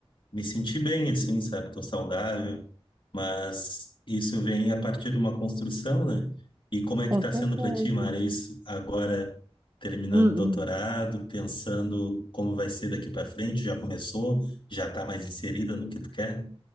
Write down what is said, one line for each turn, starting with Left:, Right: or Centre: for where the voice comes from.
Left: me senti bem, assim, sabe? Tô saudável, mas isso vem a partir de uma construção, né? E como é
Right: com
Left: que tá
Right: certeza.
Left: sendo para ti, Mara, isso agora terminando
Right: Hum,
Left: o doutorado,
Right: hum.
Left: pensando como vai ser daqui para frente? Já começou? Já tá mais inserida no que tu quer?